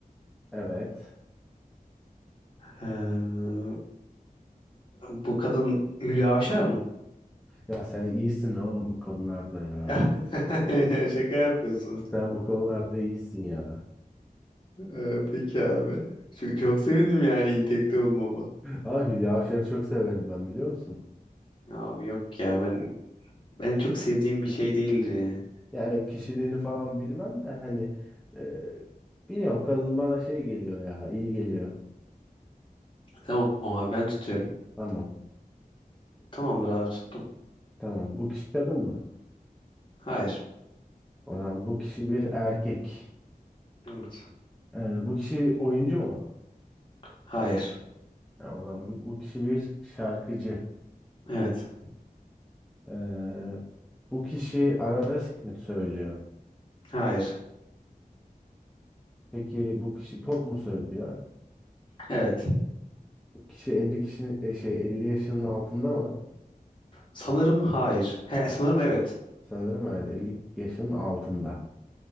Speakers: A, in the centre; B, on the left.
A: Evet.
B: Ee, bu kadın Hülya Avşar mı?
A: Ya sen iyisin oğlum bu konularda ya.
B: Ya, <laughs> ya Şaka yapıyorsun.
A: Sen bu konularda iyisin ya.
B: Ee, peki abi. Çok, çok sevindim yani iyi tekte bulmama.
A: Ah Hülya Avşar'ı çok severim ben biliyor musun?
B: Abi yok ya ben benim çok sevdiğim bir şey değildi. yani.
A: Yani kişiliğini falan bilmem de hani e, biliyorum kadın bana şey geliyor ya iyi geliyor.
B: Tamam abi ben tutuyorum.
A: Tamam
B: Tamamdır abi tuttum.
A: tamam bu kişi kadın mı?
B: Hayır.
A: O zaman bu kişi bir erkek.
B: Evet.
A: E, bu kişi oyuncu mu?
B: Hayır.
A: Ya o zaman bu, bu kişi bir şarkıcı.
B: Evet.
A: E, bu kişi arabesk mi söylüyor?
B: Hayır.
A: Peki bu kişi pop mu söylüyor?
B: Evet.
A: Bu kişi 50 kişinin e, şey 50 yaşının altında mı?
B: Sanırım hayır. He, sanırım evet.
A: Sanırım evet 50 yaşının altında.